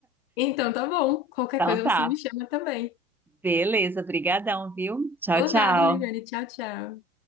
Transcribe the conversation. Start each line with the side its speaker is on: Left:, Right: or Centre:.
Left: Então, tá bom. Qualquer
Centre: Então
Left: coisa
Centre: tá.
Left: você me chama também.
Centre: Beleza, brigadão, viu? Tchau,
Left: Por
Centre: tchau.
Left: nada, Liviane. Tchau, tchau.